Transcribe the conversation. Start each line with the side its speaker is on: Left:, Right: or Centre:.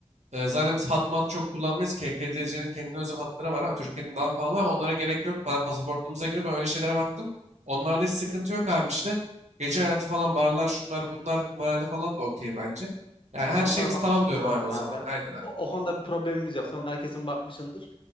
Right: Ee, zaten biz hat mat çok kullanmayız. KKDC'nin kendine özel hatları var. Ha, Türkiye'nin daha pahalı ama onlara gerek yok. Ben pasaportumuza giriyor. Ben öyle şeylere baktım. Onlarda hiç sıkıntı yok abi işte. Gece hayatı falan barlar şunlar bunlar kumarhane falan da okey bence. Yani her
Left: Sen onlara
Right: şeyimiz
Left: bakmışsındır
Right: tamam diyorum
Left: zaten
Right: abi o zaman.
Left: abi. Ben,
Right: Aynen abi.
Left: o, o konuda bir problemimiz yok. Sen onlara kesin bakmışsındır.